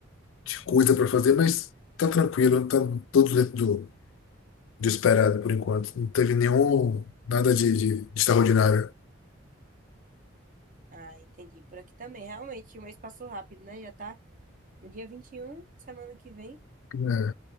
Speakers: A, on the left; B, on the right.
A: de coisa para fazer, mas tá tranquilo, tá tudo dentro do, do esperado por enquanto. Não teve nenhum nada de, de, de extraordinário.
B: Ah, entendi. Por aqui também. Realmente, o mês passou rápido, né? Já tá no dia 21 semana que vem,
A: É.